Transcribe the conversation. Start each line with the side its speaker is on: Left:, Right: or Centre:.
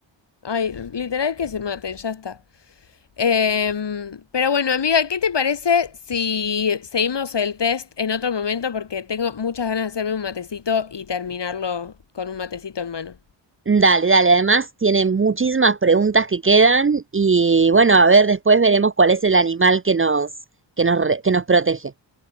Left: ay, literal que se maten, ya está. Em, pero bueno, amiga, ¿qué te parece si seguimos el test en otro momento? Porque tengo muchas ganas de hacerme un matecito y terminarlo con un matecito en mano.
Right: Dale, dale. Además, tiene muchísimas preguntas que quedan y bueno, a ver, después veremos cuál es el animal que nos, que nos, re- que nos protege.